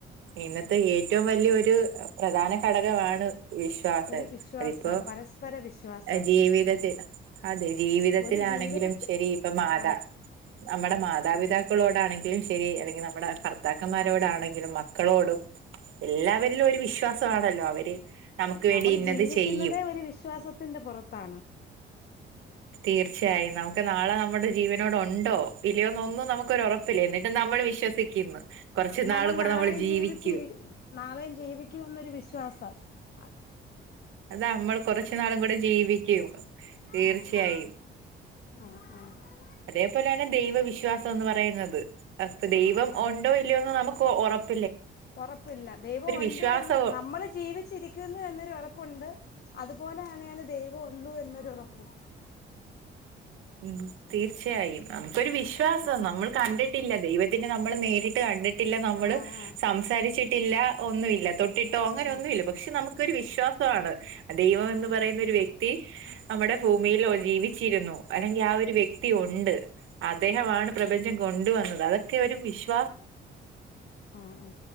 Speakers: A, on the right; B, on the left.
A: ഇന്നത്തെ ഏറ്റവും വലിയൊ ഒരു പ്രധാന ഘടകമാണ് വിശ്വാസം
B: ഒരു വിശ്വാസം
A: അതിപ്പൊ
B: പരസ്പര വിശ്വാസം
A: എ ജീവിതത്തിൽ അതെ ജീവിതത്തിലാണെങ്കിലും
B: ഒരു ജീവിതത്തി
A: ശരി ഇപ്പൊ മാതാ
B: ആഹ്
A: നമ്മുടെ മാതാപിതാക്കളോടാണെങ്കിലും ശരി അല്ലെങ്കിൽ ന മ്മടെ ഭർത്താക്കന്മാരോട ആണെങ്കിലും മക്കളോടും എല്ലാവരിലും ഒരു വിശ്വാസവാണല്ലോ അവര് നമുക്ക് വേണ്ടി
B: നമ്മള്
A: ഇന്നത്
B: ജീവിക്കുന്നതേ
A: ചെയ്യും
B: ഒരു വിശ്വാസത്തിന്റെ പുറത്താണ്
A: തീർച്ചയായും നമുക്ക് നാളെ നമ്മുടെ ജീവനോടെഉണ്ടോ ഇല്ലിയോന്നൊന്നും നമുക്കൊരുറപ്പില്ല എന്നിട്ടും നമ്മൾ വിശ്വസിക്കുന്നു. കുറച്ചു
B: നമ്മൾ
A: നാളും കൂടെ
B: നാളെയും
A: ജീവിക്കും
B: ജീവിച്ചിരി നാളെയും ജീവിക്കുമെന്നൊരു വിശ്വാസം അതെ
A: അതാമ്മള് കുറച്ചുനാളുംകൂടെ ജീവിക്കും തീർച്ചയായും
B: ആ ആ ആ ആ
A: അതെ അതുപോലെണ് ദൈവവിശ്വാസന്ന് പറയുന്നത് ദൈവം
B: ആ ആ
A: ഉണ്ടോ ഇല്ല്യോന്ന് നമുക്ക് ഉറപ്പ
B: ഉറപ്പില്ല ദൈവൊണ്ട്
A: വിശ്വാസം
B: എന്ന് നമ്മള് ജീവിച്ചിരിക്കുന്നുന്നൊരു ഉറപ്പുണ്ട് അതുപോലെആണ്ആണ് ദൈവൊഉള്ളൂ എന്നൊരു ഉറപ്പും
A: ഉം തീർച്ചയായും നമുക്കൊരു വിശ്വാസം
B: ആ
A: നമ്മൾ കണ്ടിട്ടില്ല ദൈവത്തിന് നമ്മള് നേരിട്ട് കണ്ടിട്ടില്ല നമ്മള്
B: ആ ആ
A: സംസാരിച്ചിട്ടില്ല ഒന്നുമില്ല തൊട് ട്ടിട്ടോ അങ്ങനൊന്നുമില്ല
B: ആ
A: പക്ഷെ നമുക്ക് ഒരു വിശ്വാസവാണ് ദൈവമെന്ന്
B: ആ
A: പറയുന്ന ഒരു വ്യക് വെക്തി നമ്മടെ ഭൂമിയിലോ ജീവിച്ചിരുന്നൊ വേണെങ്കി ആ.. ഒരു വ്യക്തി ഉണ്ട് അദ്ദേഹമാണ് പ്രപഞ്ചം കൊണ്ടുവന്നത് അതൊക്കെ ഒരു വിശ്വാ
B: മ്